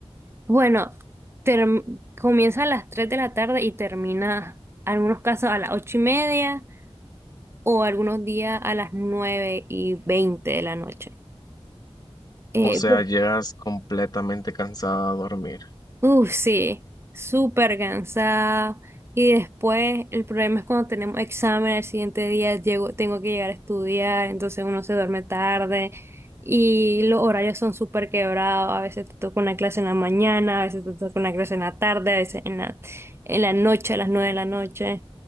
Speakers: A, on the right; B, on the left.
A: Bueno, term- comienza a las 3 de la tarde y termina, algunos casos, a las ocho y media o algunos días a las 9 y 20 de la noche. Eh,
B: O sea, llegas completamente cansada a dormir.
A: Uf, sí, súper cansada. Y después el problema es cuando tenemos examen el siguiente día, llego, tengo que llegar a estudiar, entonces uno se duerme tarde y los horarios son súper quebrados. A veces te toca una clase en la mañana, a veces te toca una clase en la tarde, a veces en la, en la noche, a las nueve de la noche.